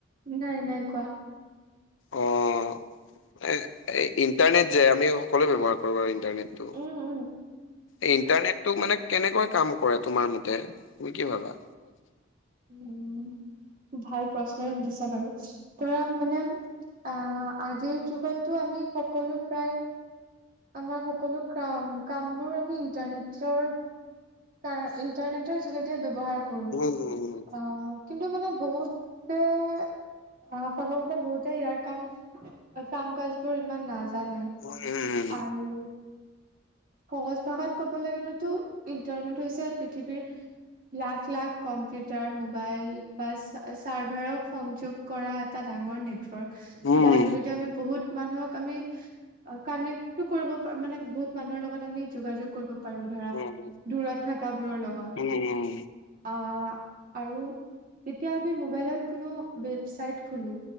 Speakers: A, on the right; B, on the left.
A: নাই - নাই, কোৱা।
B: অ', এ- ইণ্টাৰনেট যে আমি সকলোৱে ব্যৱহাৰ কৰোঁ ইন্টাৰনেটটো।
A: উম উম
B: এই ইণ্টাৰনেটটো মানে কেনেকৈ কাম কৰে তোমাৰ মতে, তুমি কি ভাবা?
A: উম, ভাল প্ৰশ্নয়ে সুধিছা বাৰু । কৰা মানে অ' আজিৰ যুগততো আমি সকলো প্ৰায় আমাৰ সকলো কাম- কামবোৰ আমি ইন্টাৰনেটছৰ কাৰ- ইণ্টাৰনেটৰ যোগেদিয়ে ব্যৱহাৰ কৰোঁ ।
B: উম
A: অ' কিন্তু মানে বহুতে অ' ক'ব গ'লে, বহুতে ইয়াৰ কাম- কাম-কাজবোৰ ইমান না জানে
B: উম
A: আৰু সহজ ভাষাত ক'বলৈ গ'লেতো ইন্টাৰনেট হৈছে পৃথিৱীত লাখ - লাখ কম্পিউটাৰ, মোবাইল বা ছা- ছাৰ্ভাৰক সংযোগ কৰা এটা ডাঙৰ নেট ৱৰ্ক,
B: উম
A: যাৰ যোগেদি আমি বহুত মানুহক আমি কানেক্টো কৰিব প- মানে বহুত মানুহৰ লগত আমি যোগাযোগ কৰিব পাৰোঁ । ধৰা,
B: উম
A: দূৰত থকাবোৰৰ লগত,
B: উম উম উম
A: অ' আৰু যেতিয়া আমি মোবাইলত কোনো ৱেবচাইট খোলোঁ